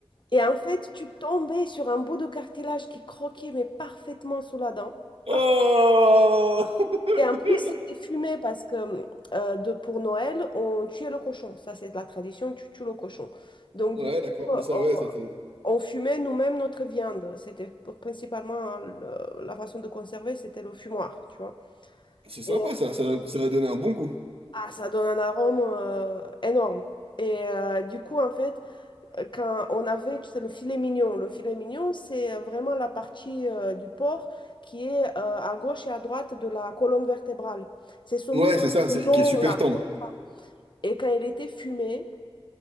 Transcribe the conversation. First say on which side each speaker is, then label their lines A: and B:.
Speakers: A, on the left; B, on the right.
A: Et en fait, tu tombais sur un bout de cartilage qui croquait, mais parfaitement sous la dent.
B: Oh
A: Oh,
B: <laughs>
A: Et en plus, c'était fumé parce que euh, de, pour Noël, on tuait le cochon. Ça, c'est de la tradition, tu tues le cochon. Donc,
B: Ouais,
A: du coup,
B: d'accord.
A: euh,
B: Mais ça,
A: on,
B: ouais, ça, fait-
A: on fumait nous-mêmes notre viande. C'était pour- principalement euh, le- la façon de conserver, c'était le fumoir, tu vois.
B: c'est sympa,
A: Et euh,
B: ça. Ça, ça va donner un bon goût.
A: ah, ça donne un arôme euh, énorme. Et euh, du coup, en fait, euh, quand on avait, tu sais, le filet mignon. Le filet mignon, c'est euh, vraiment la partie euh, du porc qui est euh, à gauche et à droite de la colonne vertébrale. C'est ce muscle
B: Ouais, c'est ça,
A: long
B: c'est qui est super
A: là,
B: tendre.
A: comme ça. Et quand il était fumé,